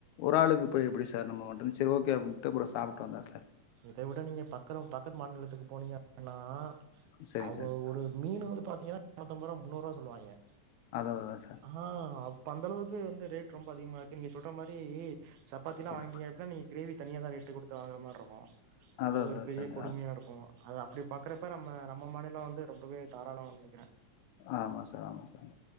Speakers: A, on the left; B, on the right.
A: ஒரு ஆளுக்கு போய் எப்படி சார் நம்ம வந்து சரி ஓகே அப்டினுடு அப்றோம் சாப்ட்டு வந்தான் சார்
B: இதை விட நீங்க பக்கறம் பக்கத்து மாநிலத்துக்கு போனீங்கன்னா
A: சரிங்க
B: அங்க
A: சார்
B: ஒரு மீன் வந்து பாத்தீங்கன்னா நூற்று அம்பது ரூபா முன்னூறுபா சொல்லு வாங்கய்ய
A: அதா அதா சார்
B: ஆஹ் அப் ப்ப அந்தளவுக்கு வந்து ரேட் ரொம்ப அதிகமா இருக்கு நீங்க சொல்ற மாரி சப்பாத்திலாம்
A: சரி
B: வாங்கினீங்க அப்டினா நீங்க கிரேவி தனிய தான் ரேட்டு கொடுத்து தான் வாங்குற மாறி இருக்கும்
A: அதா
B: அது
A: அதா
B: ஒரு பெரிய
A: சார்
B: கொடுமையா இருக்கும் அது அப்படி பாக்குறப்ப நம்ம நம்ம மாநிலம் வந்து ரொம்பவே தாரளமா வே
A: ஆமா சார் ஆமா சார்